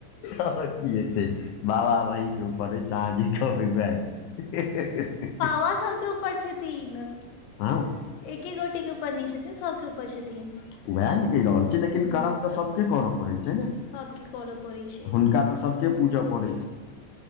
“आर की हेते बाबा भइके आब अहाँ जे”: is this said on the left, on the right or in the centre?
Left